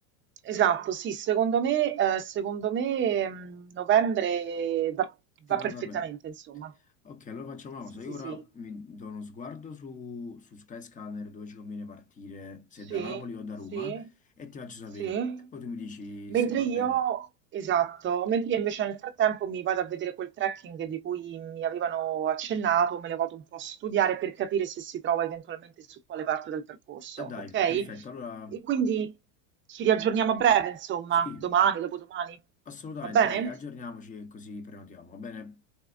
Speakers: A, on the right; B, on the left.
A: Esatto, sì, secondo me, eh, secondo me, mm, novembre va,
B: Ti
A: va
B: può
A: perfettamente,
B: andare bene.
A: insomma.
B: Ok, allora facciamo una
A: Sì,
B: cosa.
A: sì,
B: Io ora
A: sì.
B: mi do uno sguardo su, su Skyscanner dove ci conviene partire, se
A: Sì,
B: da Napoli o da
A: sì,
B: Roma, e ti faccio sapere.
A: sì.
B: E poi tu mi dici
A: Mentre
B: se va
A: io,
B: bene.
A: esatto, mentre io invece nel frattempo mi vado a vedere quel trekking di cui mi avevano accennato, me lo vado un po' a studiare per capire se si trova eventualmente su quale parte del percorso,
B: Eh dai,
A: ok?
B: perfetto. Allora,
A: E quindi ci riaggiorniamo a breve, insomma,
B: sì,
A: domani, dopodomani.
B: assolutamente,
A: Va bene?
B: dai, aggiorniamoci e così prenotiamo. Va bene?